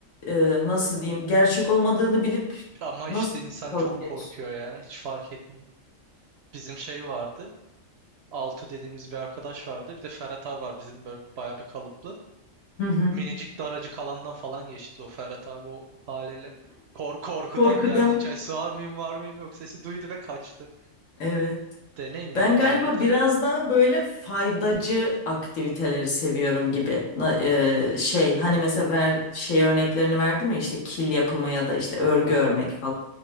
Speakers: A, on the left; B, on the right.
A: Ee, nasıl diyeyim? Gerçek olmadığını bilip
B: Ama
A: nasıl
B: işte insan
A: kalabiliyorsun?
B: çok korkuyor ya hiç fark etmiyor. Bizim şey vardı Altu dediğimiz bir arkadaş vardı bir de Ferhat abi var bizim böyle bayağı bir kalıplı.
A: Hı hı.
B: minicik daracık alandan falan geçti o Ferhat abi o haliyle. Kork korkudan
A: Korkudan.
B: yani içeri sığar mıyım var mıyım yok sesi duydu ve kaçtı.
A: Evet.
B: Deneyin yani
A: Ben galiba
B: o aktiviteleri.
A: biraz daha böyle faydacı aktiviteleri seviyorum gibi. Na- e, şey hani mesela ver, şey örneklerini verdim ya işte kil yapımı ya da işte örgü
B: Aha.
A: örmek